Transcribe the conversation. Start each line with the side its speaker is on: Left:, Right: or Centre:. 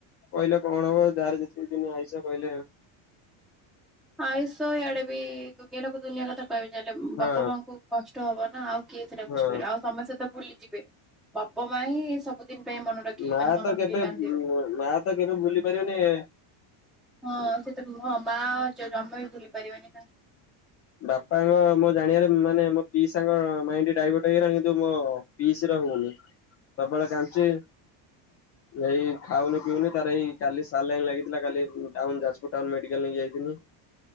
Left: କହିଲେ କଣ ହବ ଯାହାର ଯେତିକି ଦିନ ଆଇସ କହିଲେ
Centre: ଆୟୁଷ ଆଡେ ବି ଦୁନିଆ ଲୋକ ଦୁନିଆ କଥା କହିବେ ଚାଲେ
Left: ହଁ
Centre: ବାପା ମାଆଙ୍କୁ କଷ୍ଟ ହବ ନା ଆଉ କିଏ ସେଇଟା
Left: ହଁ
Centre: ବୁଝିପାରିବ ଆଉ ସମେ ସହିତ ଭୁଲିଯିବେ ବାପା ମା ହିଁ ସବୁଦିନ ପାଇଁ ମନେ ରଖିକି
Left: ମା
Centre: ମାନେ ମନେ
Left: ତ
Centre: ପକେଇ
Left: କେବେ
Centre: କାନ୍ଦିବେ।
Left: ମା ତ କେବେ ଭୁଲି ପାରିବନି
Centre: ହଁ ସେ ତ ହଁ ମା ଜ ଜମା ବି ଭୁଲି ପାରିବନି ନା।
Left: ବାପାଙ୍କ ମୋ ଜାଣିବାରେ ମାନେ ମୋ ପିଇସା ଙ୍କ ମାଇଣ୍ଡ ଡାଇଭର୍ଟ ହେଇଗଲାଣି କିନ୍ତୁ ମ ପିଇସି ର ହଉନି। ସବୁବେଳେ କାନ୍ଦୁଚି। ଏଇ ଖାଉନି ପିଉନି ତାର ଏଇ କାଲି ସାଲାଇନ୍ ଲାଗିଥିଲା କାଲି ଉଁ ଟାଉନ୍ ଯାଜପୁର ଟାଉନ୍ ମେଡିକାଲ୍ ନେଇକି ଯାଇଥିନି।